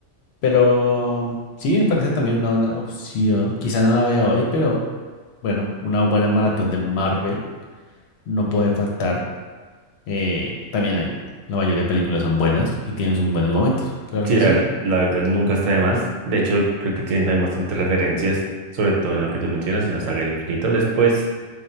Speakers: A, on the left (about 65°); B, on the right (about 80°).
A: Pero sí, me parece también una buena opción. Quizá no la vea hoy, pero bueno, una buena maratón de Marvel no puede faltar. Eh, también ahí, la mayoría de películas son buenas y tienen sus buenos momentos. Claro
B: Sí,
A: que
B: la,
A: sí.
B: la verdad nunca está de más. De hecho, creo que tienen también bastantes referencias, sobre todo en lo que tú mencionas, en la saga del infinito. Después,